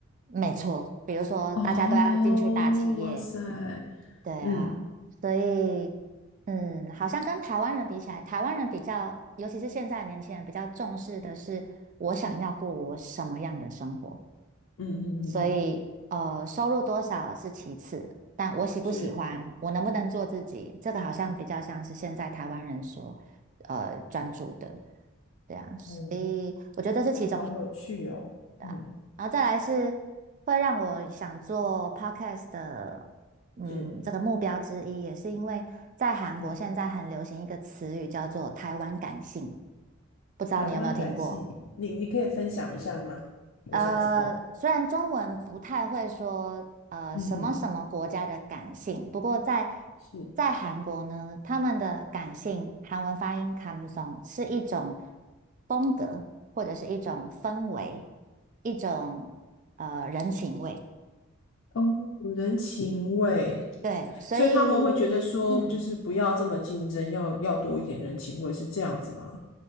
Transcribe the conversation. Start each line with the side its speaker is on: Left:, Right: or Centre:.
Right: 没错，比如说大家都要进去大企业，
Left: 哦，哇塞，
Right: 对啊，
Left: 嗯。
Right: 所以嗯，好像跟台湾人比起来，台湾人比较，尤其是现在的年轻人比较重视的是我想要过我什么样的生活，
Left: 嗯嗯嗯嗯，
Right: 所以呃，收入多少是其次，但我喜不喜欢，
Left: 是，
Right: 我能不能做自己，这个好像比较像是现在台湾人所所呃专注的，对啊，所以我觉得这是其中一。
Left: 哦。哇，好有趣哦。
Right: 对啊，
Left: 嗯，
Right: 然后再来是会让我想做 podcast 的，嗯，
Left: 是，
Right: 这个目标之一，也是因为在韩国现在很流行一个词语叫做“台湾感性”，
Left: 嗯，
Right: 不知道你有没有听过？
Left: 台湾感性，你你可以分享一下吗？我想知道。
Right: 呃，虽然中文不太会说呃什么什么国家的感性，
Left: 嗯嗯，
Right: 不过在
Left: 是
Right: 在韩国呢，他们的感性韩文发音 comes o 성是一种风格，或者是一种氛围，一种呃人情味。
Left: 哦，人情味，
Right: 对，所以，
Left: 所以他们会觉得说，
Right: 嗯。
Left: 就是不要这么竞争，要要多一点人情味，是这样子吗？